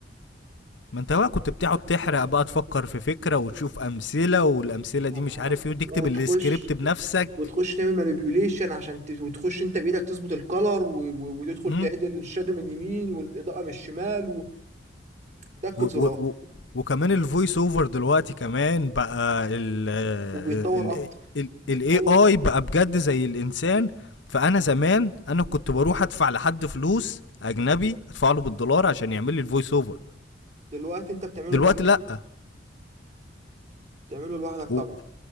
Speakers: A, on the left; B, on the right.
A: ما انت بقى كنت بتقعد تحرق بقى تفكر في فكره وتشوف امثله والامثله
B: يا
A: دي مش
B: نهار
A: عارف
B: أبيض.
A: ايه وتكتب
B: وتخش
A: السكريبت بنفسك
B: وتخش تعمل مانيبيوليشن عشان ت... وتخش انت بايدك تظبط الكلر و... و... وتدخل
A: امم
B: تعدل الشادو من اليمين والاضاءه من الشمال وتاكد
A: و و
B: زرار
A: و وكمان الفويس اوفر دلوقتي كمان بقى ال
B: وبيتطور
A: ال
B: اكتر
A: ال
B: بيتطور
A: الاي اي
B: اكتر
A: بقى بجد زي الانسان فانا زمان انا كنت بروح ادفع لحد فلوس اجنبي ادفع له بالدولار عشان يعمل لي الفويس اوفر
B: دلوقتي انت بتعمله
A: دلوقتي
B: لوحدك
A: لا
B: بتعمله لوحدك
A: و-
B: طبعا